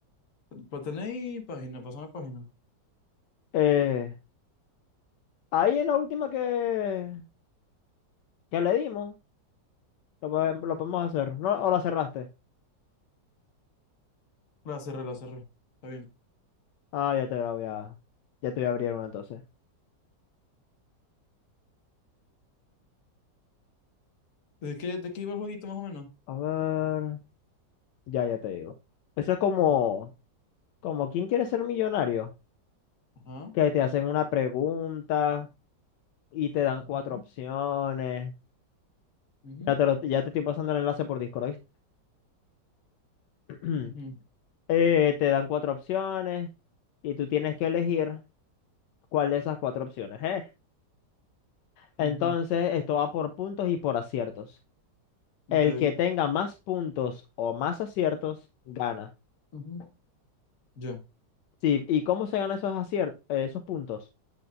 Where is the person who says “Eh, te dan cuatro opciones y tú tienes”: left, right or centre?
Left